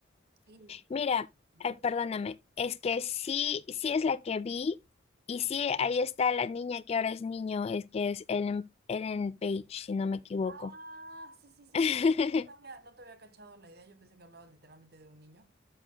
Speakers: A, on the right; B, on the left.
A: Y,
B: Mira,
A: ¿no?
B: ay, perdóname, es que sí, sí es la que vi y sí, ahí está la niña que ahora es niño, es que es Ellen, Ellen Page, si no me equivoco.
A: Ah, sí, sí, sí,
B: <laughs>
A: perdón, no no te había, no te había cachado la idea, yo pensé que hablabas literalmente de un niño,